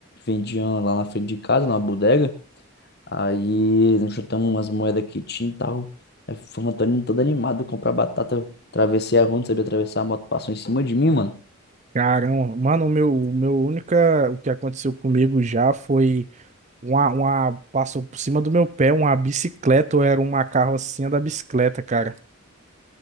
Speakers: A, on the left; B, on the right.
A: vendiam lá na frente de casa, numa bodega. Aí nós chutamos umas moedas que tinha e tal. Aí fomos todo, todo animado comprar batata. Eu Atravessei a rua, não sabia atravessar, a moto passou em cima de mim, mano.
B: caramba, mano, o meu, o meu única, o que aconteceu comigo já foi uma, uma, passou por cima do meu pé uma bicicleta, ou era uma carrocinha da bicicleta, cara.